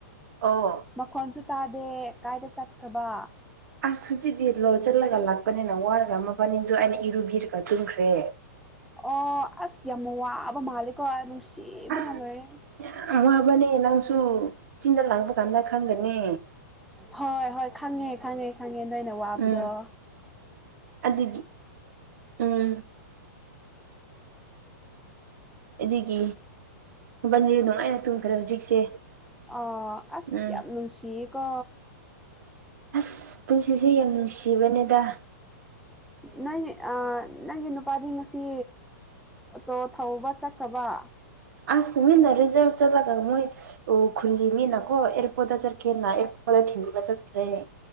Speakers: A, on the right; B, in the centre.
A: ꯑꯣ
B: ꯃꯈꯣꯟꯁꯨ ꯇꯥꯗꯦ ꯀꯥꯏꯗ ꯆꯠꯈ꯭ꯔꯕ
A: ꯑꯁ ꯁꯨꯖꯤꯗꯤ ꯂꯣ ꯆꯠꯂꯒ ꯂꯥꯛꯄꯅꯤꯅ ꯋꯥꯔ ꯃꯕꯥꯅꯤꯟꯗꯨꯣ ꯑꯩꯅ ꯏꯔꯨꯕꯤꯔꯒ ꯆꯨꯝꯈ꯭ꯔꯦ
B: ꯑꯣ ꯑꯁ ꯌꯥꯝꯃꯨ ꯋꯥ ꯑꯕ ꯃꯥꯂꯀꯣ ꯅꯨꯡ ꯁꯤ
A: ꯑꯁ
B: ꯅꯥ ꯂꯅꯦ
A: ꯌꯥꯝ ꯋꯥꯕꯅꯦ ꯅꯪꯁꯨ ꯆꯤꯡꯗ ꯂꯥꯛꯄ ꯀꯥꯟꯗ ꯈꯪꯒꯅꯤ
B: ꯍꯣꯏ ꯍꯣꯏ ꯈꯪꯉꯦ ꯈꯪꯉꯦ ꯈꯉꯦ ꯉꯦꯟꯗ ꯑꯣꯏꯅ ꯋꯥꯕꯗꯣ
A: ꯎꯝ
B: ꯍꯣ
A: ꯑꯗꯨꯒꯤ ꯎꯝ ꯑꯗꯨꯒꯤ ꯕꯟꯅꯤꯗꯨ ꯅꯨꯡꯉꯥꯏꯅ ꯇꯨꯝꯈ꯭ꯔꯦ ꯍꯧꯖꯤꯛꯁꯦ
B: ꯑ ꯑꯁ
A: ꯎꯝ
B: ꯌꯥꯝ ꯅꯨꯡꯁꯤꯌꯦꯀꯣ
A: ꯑꯁ ꯄꯨꯟꯁꯤꯁꯦ ꯌꯥꯝ ꯅꯨꯡꯁꯤꯕꯅꯦꯗ
B: ꯅꯣꯏ ꯅꯪꯒꯤ ꯅꯨꯄꯥꯗꯤ ꯉꯁꯤ ꯇꯣ ꯊꯧꯕ ꯆꯠꯈ꯭ꯔꯕ
A: ꯑꯁ ꯃꯤꯅ ꯔꯔꯤꯖꯔ ꯆꯂ ꯃꯣꯏ ꯑꯣ ꯈꯨꯟꯂꯤꯃꯤꯅꯥ ꯀꯣ ꯑꯦꯔ ꯄꯣꯗ ꯆꯔ ꯈꯦꯅ ꯑꯦꯔ ꯄꯣ ꯊꯤꯟꯕꯤꯕ ꯆ ꯈꯦꯔꯦ